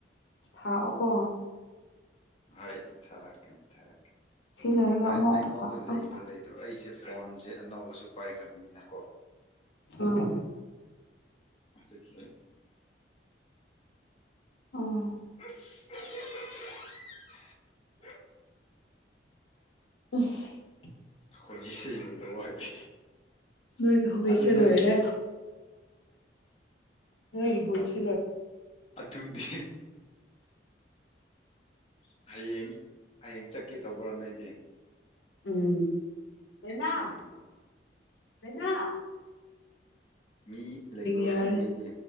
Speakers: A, on the left; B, on the left.
A: ꯊꯥꯛꯑꯣꯀꯣ
B: ꯍ ꯊꯔꯛ ꯀ ꯊꯔꯛ
A: ꯁꯤ ꯂꯣꯏꯔꯒ
B: ꯑꯦ
A: ꯑꯃꯨꯛ
B: ꯑꯩꯉꯣꯟꯗ
A: ꯊꯥ
B: ꯂꯩꯕ꯭ꯔꯥ
A: ꯑꯝ
B: ꯂꯩꯗ꯭ꯔꯥ ꯑꯩꯁꯦ ꯐꯣꯟꯁꯦ ꯑꯅꯧꯕꯁꯨ ꯄꯥꯏꯈ꯭ꯔꯕꯅꯤꯅꯀꯣ
A: ꯎꯝ
B: ꯑꯗ ꯒꯤ
A: ꯑꯣ
B: <unintelligible>
A: <unintelligible>
B: ꯑꯩꯈꯣꯏꯒꯤꯁ ꯂꯣꯏꯔꯦ
A: ꯅꯣꯏꯒꯤ ꯍꯧꯔꯤꯁꯦ
B: ꯑꯗꯨ ꯅꯣꯏ
A: ꯂꯣꯏꯔꯦ ꯅꯣꯏꯒꯤ ꯍꯧꯁꯦ
B: ꯑꯆꯨꯝꯅꯤ ꯍꯌꯦꯡ ꯍꯌꯦꯡ ꯆꯠꯀꯦ ꯇꯧꯕ꯭ꯔꯥ ꯅꯣꯏꯗꯤ
A: ꯎꯝ ꯊꯅ
B: ꯎꯝ
A: ꯊꯅ
B: ꯃꯤ ꯂꯩꯕ꯭ꯔꯣ
A: ꯌꯥꯔꯦ
B: ꯆꯠꯅꯤꯡꯉꯩꯗꯤ